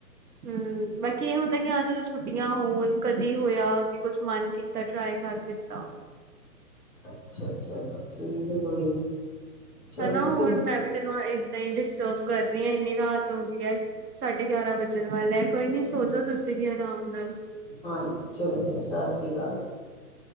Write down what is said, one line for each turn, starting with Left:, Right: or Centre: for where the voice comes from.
Right: ਹੂੰ, ਬਾਕੀ ਇਹ ਹੁੰਦਾ ਕਿ ਹਾਂ ਚਲੋ ਛੁੱਟੀ ਯਾ ਹੋਣ ਕਦੇ ਕੀ ਹੋਇਆ, ਕਿ ਕੁਛ ਮਨ ਕੀਤਾ, ਟਰਾਈ ਕਰ ਦਿੱਤਾ।
Centre: ਅੱਛਾ, ਚਲੋ ਠੀਕ ਹੈ ਕੋਈ ਨੀ ਚਲੋ
Right: ਹੈਨਾ
Centre: ਤੁਸੀਂ
Right: ਹੋਰ ਮੈਂ ਵੀ ਤੈਨੂੰ ਏਦਾਂ ਹੀ ਡਿਸਟਰਬ ਕਰ ਰਹੀ ਹਾਂ, ਇੰਨੀ ਰਾਤ ਡੋਗੀ ਆਈ ਸਾਢੇ ਗਿਆਰਾਂ ਵਜਣ ਵਾਲੇ ਐ। ਕੋਈ ਨੀ ਸੋਜੋ ਤੁਸੀਂ ਵੀ ਆਰਾਮ ਨਾਲ।
Centre: ਹਾਂਜੀ ਚਲੋ ਚਲੋ ਸਤਿ ਸ੍ਰੀ ਅਕਾਲ ਜੀ।